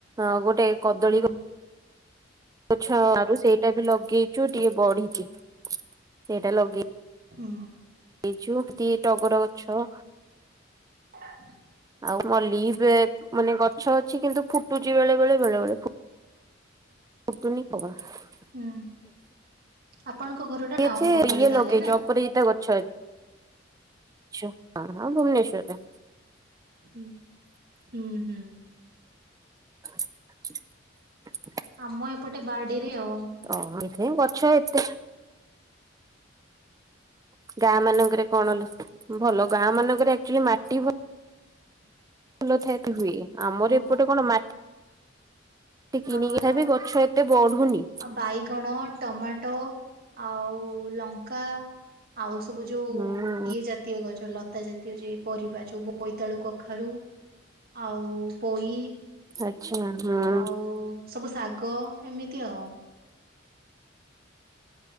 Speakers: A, on the right; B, on the right.
A: ହଁ ଗୋଟେ କଦଳୀ ଗ
B: ହୁଁ।
A: ଗଛ ଆରୁ ସେଇଟା ବି ଲଗେଇଚୁ ଟିକେ ବଢିଚି ସେଇଟା ଲଗେଇ
B: ହୁଁ।
A: ଇଚୁ କି ଟଗର ଗଛ
B: <inaudible>
A: ଆଉ ମଲ୍ଲି ଏବେ ମାନେ ଗଛ ଅଛି କିନ୍ତୁ ଫୁଟୁଚି ବେଳେ ବେଳେ ବେଳେ ବଳେ ଫୁ ଫୁଟୁନି <unintelligible>
B: ହୁଁ ଆପଣଙ୍କ ଘର ଟା
A: ବି ଅଛି
B: ଟାଉନ ଉପରେ
A: ଇଏ
B: ତାହେଲେ
A: ଲଗେଇଚୁ
B: ନା?
A: ଅପରାଜିତା ଗଛ ଅ ଚୁ ହଁ ହଁ ଭୁବନେଶ୍ୱରରେ।
B: ହୁଁ ହୁଁ ହୁଁ।
A: <inaudible>
B: ଆମ ଏପଟେ ବାଡିରେ ଆଉ।
A: ଓହୋ ଏଇଠି ଗଛ ଏତେ ଗାଁ ମାନଙ୍କରେ କଣ ଲୋ ଭଲ ଗାଁମାନଙ୍କରେ
B: ଆମ
A: ଆକଚୋଲି ମାଟି ଭ ଭଲ ଥାଏ ତ ହୁଏ ଆମର
B: ହଁ
A: ଏପଟେ କଣ ମା ଟି କିଣିକି
B: ଆମର
A: ଖାଇବେ, ଗଛ ଏତେ ବଢୁନି।
B: ଆଉ ବାଇଗଣ। ଟମାଟୋ, ଆଉ ଲଙ୍କା, ଆଉ ସବୁ ଯୋଉ
A: ହୁଁ
B: ଇଏ ଜାତୀୟ ଗଛ, ଲତା ଜାତୀୟ ଯୋଉ, ପରିବା ଯୋଉ ବୋଇତାଳୁ କଖାରୁ। ଆଉ ପୋଇ
A: ଆଛା, ହଁ।
B: ଆଉ, ସବୁ ଶାଗ ଏମିତି ଆଉଁ।